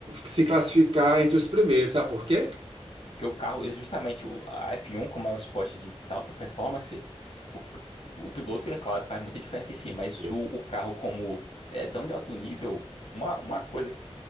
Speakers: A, on the right; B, on the left.
A: se classificar entre os primeiros, sabe por quê?
B: o carro, e justamente o- a F1, como é um esporte de alta performance, o, o piloto, é claro, faz muita diferença em si, mas
A: Isso.
B: o, o carro como é tão de alto nível, uma, uma coisa